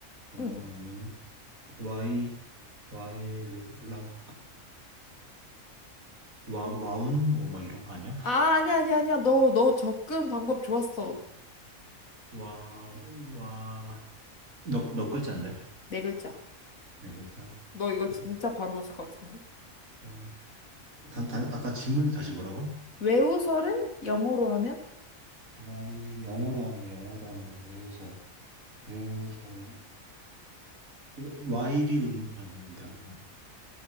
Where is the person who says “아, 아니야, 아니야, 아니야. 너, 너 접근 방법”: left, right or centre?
Left